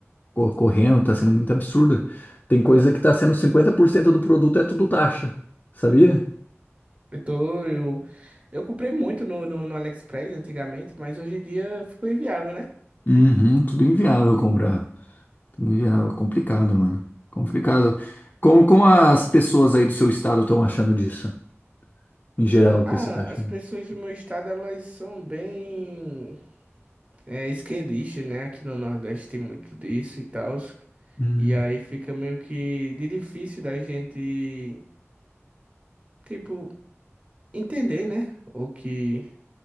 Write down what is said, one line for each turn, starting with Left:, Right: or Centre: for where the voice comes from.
Left: correndo, tá sendo muito absurda. Tem coisa que tá sendo 50% do produto é tudo taxa, sabia?
Right: Eu, tô- eu, eu comprei muito no, no, no AliExpress antigamente, mas hoje em dia ficou inviável, né?
Left: Uhum, tudo inviável comprar. Tudo inviável, complicado, mano. Complicado. Como, como as pessoas aí do seu estado estão achando disso? Em geral, o que
Right: Ah,
Left: você tá achando?
Right: as pessoas do meu estado, elas são bem. é esquerdista, né? Aqui no Nordeste tem muito disso e tal.
Left: Hum,
Right: E aí fica meio que de difícil da gente, tipo, entender, né? O que,